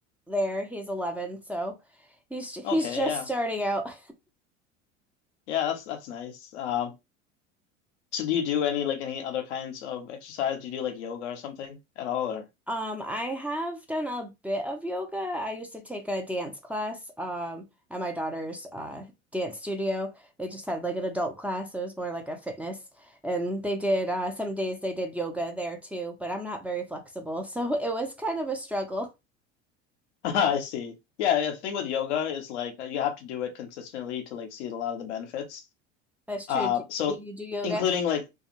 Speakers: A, in the centre; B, on the left.
A: there. He's 11, so he's he's
B: Okay,
A: just
B: yeah.
A: starting out.
B: Yeah, that's that's nice. Um so do you do any like any other kinds of exercise? Do you do like yoga or something at all or
A: Um, I have done a bit of yoga. I used to take a dance class, um, at my daughter's uh dance studio. They just had like an adult class, so it was more like a fitness. And they did uh some days they did yoga there too, but I'm not very flexible, so <laughs> it was kind of a struggle.
B: <laughs> I see. Yeah, the thing with yoga is like you have to do it consistently to like see a lot of the benefits.
A: That's true.
B: Uh,
A: Do,
B: so
A: do you do yoga?
B: including like